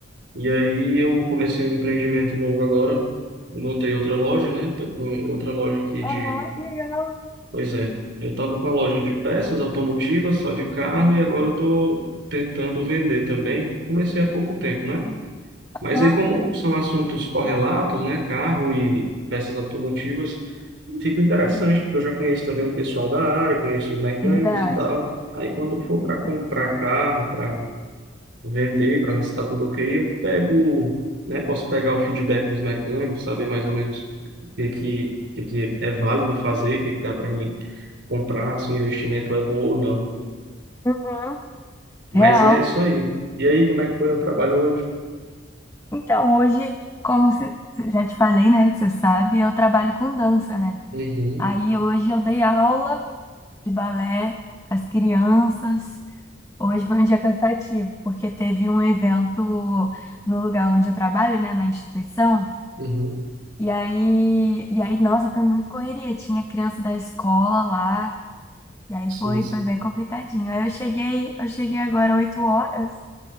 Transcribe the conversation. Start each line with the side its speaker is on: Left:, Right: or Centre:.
Right: e aí eu comecei um empreendimento novo agora. Montei outra loja, né? Tô com outra loja aqui
Left: Aham,
Right: de
Left: que legal.
Right: Pois é, eu estava com a loja de peças automotivas, só de carro, e agora eu estou tentando vender também. Comecei há pouco tempo, né? Mas
Left: Hã?
Right: aí, como são assuntos correlatos, né? Carro e peças automotivas, fica interessante, porque eu já conheço também um pessoal da área, conheço os mecânicos
Left: Verdade,
Right: e tal. Aí, quando for para
Left: verdade.
Right: comprar carro, para vender para ver se está tudo ok. Eu pego, né? Posso pegar o feedback dos mecânicos, saber mais ou menos o que que, o que que é válido fazer, o que que dá para mim comprar, se o investimento é bom ou não.
Left: Uhum.
Right: Mas
Left: Real.
Right: é isso aí. E aí, como é que foi o trabalho hoje?
Left: Então, hoje, como você, você- já te falei, né, que você sabe, eu trabalho com dança, né?
Right: Uhum,
Left: Aí hoje eu dei aula de balé para as crianças. Hoje foi um dia cansativo, porque teve um evento no lugar onde eu trabalho, né, na instituição.
Right: uhum,
Left: E aí, e aí, nossa, foi muito correria. Tinha criança da escola lá, e aí
Right: sim,
Left: foi,
Right: sim.
Left: foi bem complicadinho. Aí eu cheguei, eu cheguei agora 8 horas.